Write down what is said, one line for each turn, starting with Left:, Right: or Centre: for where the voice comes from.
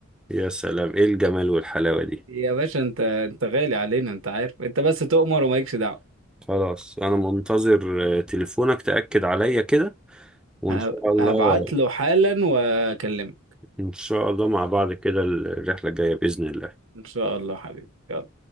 Centre: يا سلام إيه الجمال والحلاوة دي
Right: يا باشا انت انت غالي علينا انت عارف انت بس تؤمر ومالكش دعوة
Centre: خلاص أنا منتظر آه، تليفونك تأكد عليا كده وإن
Right: ه-
Centre: شاء الله
Right: هبعت له حالا واكلمك
Centre: إن شاء الله مع بعض كده الرحلة الجاية بإذن الله
Right: ان شاء الله حبيبي يلا